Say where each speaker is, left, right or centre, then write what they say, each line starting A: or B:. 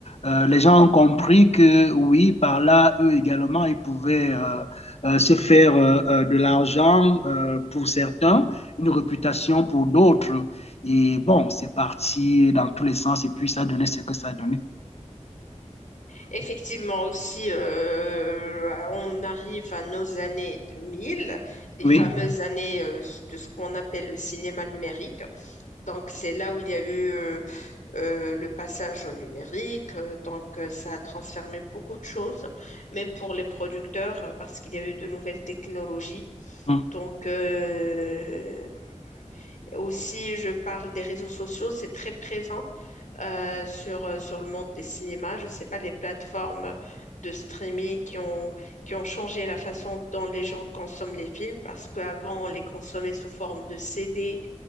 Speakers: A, on the left (about 55°); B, on the left (about 80°).
A: euh, les gens ont compris que oui, par là, eux également, ils pouvaient euh, euh, se faire euh, euh, de l'argent euh, pour certains, une réputation pour d'autres. Et bon, c'est parti dans tous les sens, et puis ça a donné ce que ça a donné.
B: Effectivement, aussi, euh, on arrive à nos années 2000, les
A: Oui.
B: fameuses années euh, de ce qu'on appelle le cinéma numérique. Donc, c'est là où il y a eu euh, euh, le passage au numérique. euh, donc, euh, ça a transformé beaucoup de choses, même pour les producteurs, euh, parce qu'il y a eu de nouvelles technologies.
A: Mhm.
B: Donc, euh, aussi, je parle des réseaux sociaux, c'est très présent euh, sur, euh, sur le monde des cinémas. Je ne sais pas, les plateformes de streaming qui ont, qui ont changé la façon dont les gens consomment les films, parce qu'avant, on les consommait sous forme de CD